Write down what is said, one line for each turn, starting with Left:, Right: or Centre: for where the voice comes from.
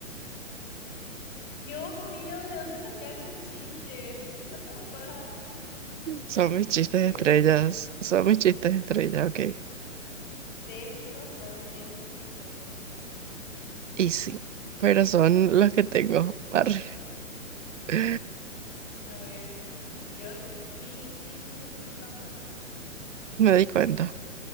Left: Dios mío, ¿de dónde sacas esos chistes? What the fuck?
Right: Son mis chistes
Left: Qué
Right: de estrellas,
Left: bobo.
Right: son mis chistes de estrella, ok.
Left: Densos son, densísimos.
Right: Y sí, pero son los que tengo. Arre. <laughs>
Left: A ver, <laughs> yo, mis, mis chistes no son tan buenos.
Right: Me di cuenta